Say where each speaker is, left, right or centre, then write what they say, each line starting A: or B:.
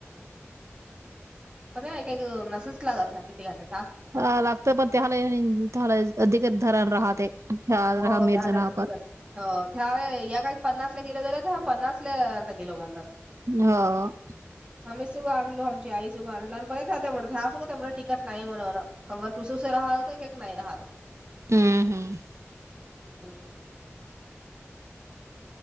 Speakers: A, on the right; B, on the right.
A: एक एक मसेज लागत ह किती घातलं.
B: <unintelligible>
A: हो त्याला अधिकच हो त्या या काही पन्नास ला किल झाल्या तर पन्नास ला आर्ध किलो म्हणतात.
B: हा.
A: <unintelligible> <unintelligible>
B: हम्म हम्म.
A: हम्म.